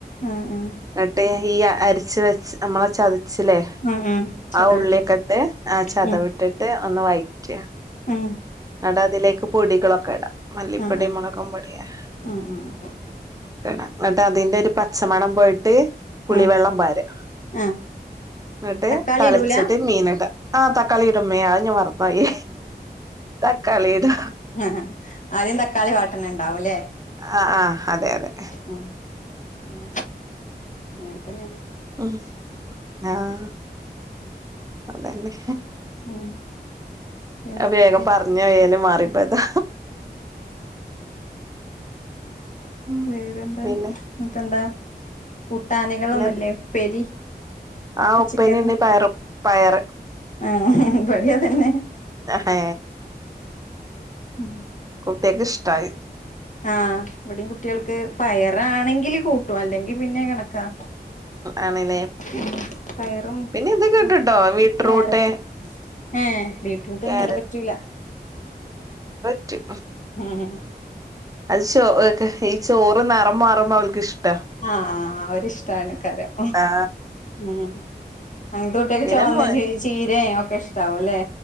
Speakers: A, on the left (about 45°); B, on the right (about 20°).
A: ഉം ഉം
B: ന്നട്ട് ഈ അ അരിച്ച് വെച്ച് നമ്മള ചതിച്ചില്ലേ
A: ഉം ഉം ചതവിട്ടിട്ട്
B: ആ ഉള്ളിക്ക ഇട്ട് ആ ചതവിട്ടിട്ട്
A: ഉം
B: ഒന്ന് വയ്റ്റ
A: ഉം
B: ന്നട്ടതിലേക്ക് പൊടികളൊക്കെ ഇടാ മല്ലിപ്പൊടി
A: ആഹ്
B: മുളകും പൊടിയെ
A: ആഹ് ആഹ്
B: ക്കിട എന്നട്ട് അതിന്റെ ഒരു പച്ചമണം പോയിട്ട് പുളിവെള്ളം
A: ആഹ് ആഹ്
B: പാര്യാ
A: ആഹ്
B: എന്നിട്ട്
A: തക്കാളി
B: തിളച്ചിട്ട്
A: ഇടൂല
B: മീൻ ഇട ആഹ് തക്കാളിയിടും മ്മേ അ ഞാൻ മറന്നോയി തക്കാളിയടു
A: ആഹ് ആദ്യം തക്കാളി വാട്ടണ് ഉണ്ടാവൂല്ലേ
B: ആഹ് ആഹ് അതെ അതെ
A: ഉം ആഹ് അങ്ങനെത്തന്നെ
B: ഉം ആഹ് അതന്നെ
A: ഉം പിന്നെന്തൊക്കെ
B: വേഗം പറഞ്ഞോ ഏല് മാറിപ്പോതാ ഉം
A: വേറെന്താ
B: പിന്നെ
A: മത്തെന്താ കൂട്ടാനകളൊന്നുല്ലേ
B: പിന്നെ
A: ഉപ്പേരി
B: ആ
A: പച്ച
B: ഉപ്പേരി
A: കേറി
B: ഉണ്ട് പയറും പയറ്
A: ആഹ് ഇവിടം അതന്നെ
B: എഹ്
A: ഉം
B: കുട്ടികക്ക് ഇഷ്ടയി
A: ആഹ് ഇവിടയും കുട്ടികൾക്ക് പയറാണെങ്കില് കൂട്ടും അല്ലെങ്കിൽ പിന്നെ കണക്കാ
B: ആണല്ലേ
A: ഉം പയറും
B: പിന്നെ ഇത് കിട്ടുട്ടോ
A: ആഹ്
B: ബീറ്റ്റൂട്ട്
A: കാരറ്റും ഏഹ് ബീട്രൂട്ടൊന്നും
B: ക്യാരറ്റ്
A: ഇട പറ്റൂല
B: റ്റ്
A: ഉം
B: അത് ചോ ഈ ചോറ് നിറം മാറുമ്പോ അവൾക്ക് ഇഷ്ട
A: ആഹ് ഒരിഷ്ടമാണ് കരം
B: ആ
A: ഉം അങ്ങനത്തെ കുട്ടിയൊക്കെ
B: പിന്നെ
A: ചുവന്ന
B: മു
A: ച ചീരയും ഒക്കെ ഇഷ്ടാവല്ലേ